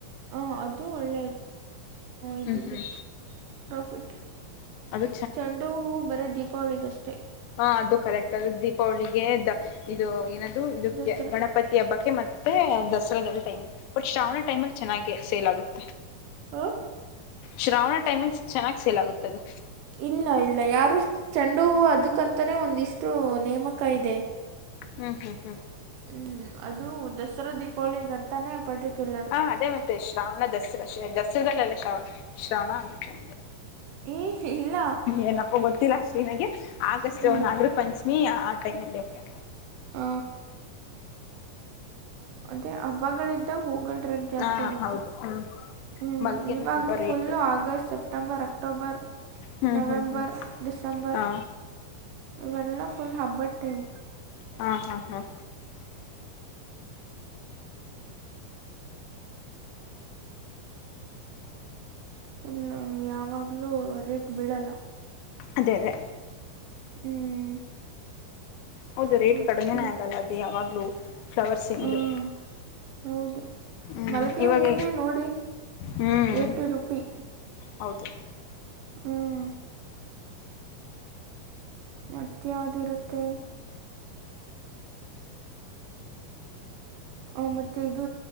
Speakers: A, on the right; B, on the left.
A: ಹಾಂ ಅದು ಒಳ್ಳೆಯ ಇದಿದೆ
B: ಹ್ಞೂ ಹ್ಞೂ
A: ಪ್ರಾಫಿಟ್
B: ಅದು
A: ಚೆಂಡೂ ಹೂ ಬರೇ ದೀಪಾವಳಿಗಷ್ಟೆ
B: ಹಾ ಅದು ಕರೆಕ್ಟ್ ಅದು ದೀಪಾವಳಿಗೆ ಇದು ಏನದು ಇದಕ್ಕೆ
A: ದಸರಾ
B: ಗಣಪ ಪತ್ತಿ ಹಬ್ಬಕ್ಕೆ ಮತ್ತೆ ದಸರಾದಲ್ಲಿ ಟೈಮ್ ಬಟ್ ಶ್ರಾವಣ ಟೈಮ ಅಲ್ಲಿ ಚೆನ್ನಾಗಿ ಸೇಲ್ ಆಗುತ್ತೆ
A: ಹಾ
B: ಶ್ರಾವಣ ಟೈಮಲ್ ಚೆನ್ನಾಗಿ ಸೇಲ್ ಆಗುತ್ತದು
A: ಇಲ್ಲ ಇಲ್ಲ ಯಾರು ಚೆಂಡು ಹೂ ಅದಕ್ಕಂತಾನೇ ಒಂದಿಷ್ಟು ನೇಮಕ ಇದೆ
B: ಹ್ಮ್ ಹ್ಮ್ ಹ್ಮ್
A: ಹ್ಮ್ ಅದು ದಸರಾ ದೀಪಾವಳಿಗಂತಾನೇ ಪರ್ಟಿಕ್ಯುಲರ್
B: ಹ ಅದೇ ಮತ್ತೆ ಶ್ರಾವಣ ದಸರಾ ದಸರಾದಲ್ಲೆಲ್ಲ ಶ್ರಾವಣ ಶ್ರವಣ ಅಕ್ಕೆ
A: ಏ ಹೇ ಇಲ್ಲ
B: ಏನಪ್ಪ ಗೊತ್ತಿಲ್ಲಾ ಅಷ್ಟೇನಗೆ ಆಗಸ್ಟ್
A: ಹ್ಞೂ
B: ನಾಗರ ಪಂಚಮಿ ಆ ಟೈಮ್ಲ್ಲಿ ಓ
A: ಹ ಮತ್ತೆ ಹಬ್ಬಗಳಿಂದಗ ಹೋಗಲ್ರೀ ಜಾಸ್ತಿ
B: ಹಾ
A: ಆಗುತ್ತೆ
B: ಹೌದು ಹ್ಮ್
A: ಹ್ಮ
B: ಮಲ್ಲಿಗೆನು
A: ಇವಾಗ
B: ತುಂಬಾ rate
A: full August September October
B: ಹ್ಮ್
A: ನವೆಂಬರ್
B: ಹ್ಮ್ ಹ್ಮ್
A: ಡಿಸೆಂಬರ್
B: ಹಾ
A: ಇವೆಲ್ಲ ಫುಲ್ ಹಬ್ಬದ್ ಟೈಮ್
B: ಹಾ ಹಾ ಹಾ
A: ಹ್ಮ ಯಾವಾಗಲೂ ರೇಟ್ ಬಿಡಲ್ಲ
B: ಅದೇ ಅದೇ
A: ಹ್ಮ್
B: ಹೌದು ರೇಟ್
A: ಮತ್ತು
B: ಕಡಿಮೆನೇ ಆಗಲ್ಲ ಅದು ಯಾವಾಗಲೂ ಫ್ಲವರ್ಸಿಂದು
A: ಹಾಂ ಹೌದು
B: ಹ್ಮ್
A: ಮಲ್ಲಿಗೆ
B: ಇವಾಗ
A: ಹೂವನ್ನೇ ನೋಡಿ
B: ಹ್ಮ್
A: ಏಯ್ಟಿ ರುಪಿ
B: ಹೌದು
A: ಹ್ಮ್ ಮತ್ತ ಯಾವ್ದಿರುತ್ತೆ ಹ್ಮ ಮತ್ತು ಇದು